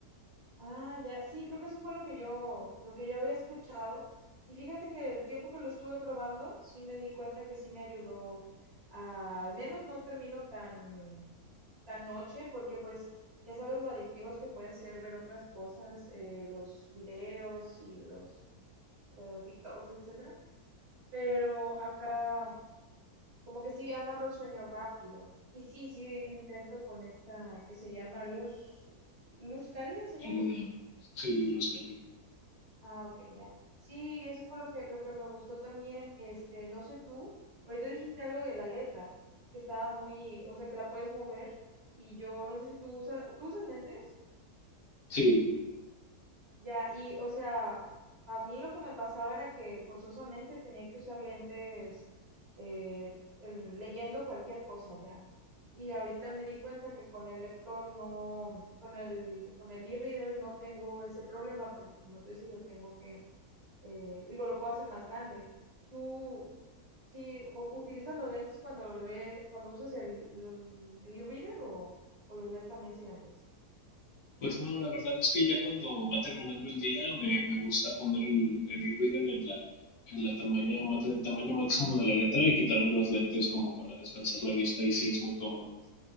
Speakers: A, on the right (about 45°); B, on the left (about 70°).
A: Ah, ya. Sí, creo que eso fue lo que yo, lo que yo había escuchado. Y fíjate que el tiempo que lo estuve probando, sí me di cuenta que sí me ayudó a- al menos no termino tan tan noche, porque pues ya sabes lo adictivos que pueden ser ver otras cosas, eh, los videos y los eh, TikToks, etcétera. Pero acá como que sí agarro el sueño rápido. Y sí, sí intento con esta que se llama luz, luz cálida se
B: Calidad.
A: llama.
B: Sí, los calidad.
A: Ah, ok, ya. Sí, eso fue lo que, lo que me gustó también. Este, no sé tú, ahorita dijiste algo de la letra, que estaba muy, o sea, que la puedes mover. Y yo no sé si tú usas, ¿tú usas lentes?
B: Sí.
A: Ya, y o sea, a mí lo que me pasaba era que forzosamente tenía que usar lentes eh, el- leyendo cualquier cosa ya. Y ahorita me di cuenta que con el lector no, con el, con el e-reader no tengo ese problema porque como tú dices, lo tengo que, eh, digo, lo puedo hacer más grande. Tú, sí, u- ¿utilizas los lentes cuando lee, cuando usas el, el el e-reader o, o los lees también sin lentes?
B: Pues no, la verdad es que ya cuando va terminando el día me, me gusta poner el, el e-reader en la, en la tamaño, ma- en el tamaño máximo de la letra y quitarme los lentes como para descansar la vista y sí es muy cómodo.